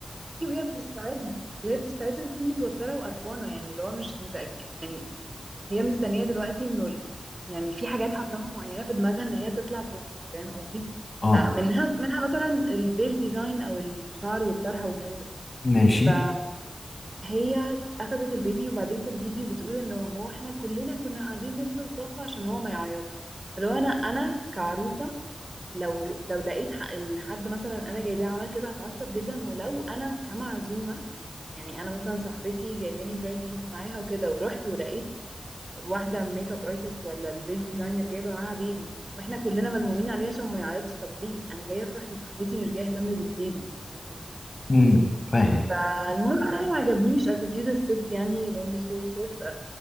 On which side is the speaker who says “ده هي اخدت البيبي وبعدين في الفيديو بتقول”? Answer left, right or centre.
Right